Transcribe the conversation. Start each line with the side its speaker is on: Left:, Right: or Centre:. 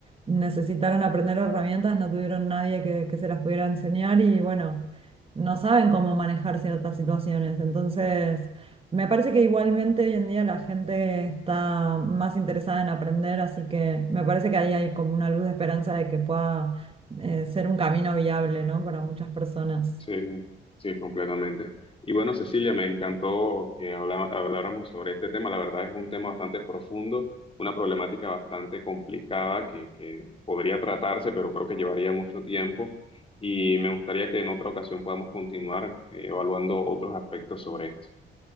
Right: necesitaron aprender herramientas no tuvieron nadie que, que se las pudiera enseñar y bueno, no saben cómo manejar ciertas situaciones. Entonces, me parece que igualmente hoy en día la gente está más interesada en aprender, así que me parece que ahí hay como una luz de esperanza de que pueda eh, ser un camino viable, ¿no? Para muchas personas.
Left: Sí, sí, completamente. Y bueno, Cecilia, me encantó que habla- habláramos sobre este tema. La verdad es un tema bastante profundo, una problemática bastante complicada que, que podría tratarse, pero creo que llevaría mucho tiempo. Y me gustaría que en otra ocasión podamos continuar eh, evaluando otros aspectos sobre esto.